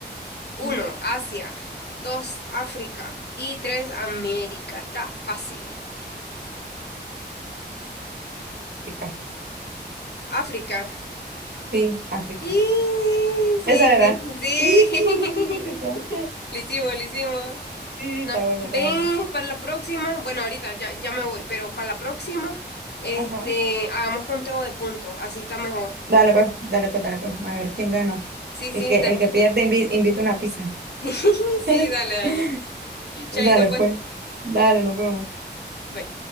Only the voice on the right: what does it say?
Mm,
África.
Sí, África.
Esa era.
Y, <laughs>
Sí,
está bueno,
está bueno.
Ajá.
Dale pues, dale pues, dale pues. A ver quién gana.
El
que,
el que pierde invi- invita una pizza.
<laughs>
Dale
pues. Dale, nos vemos.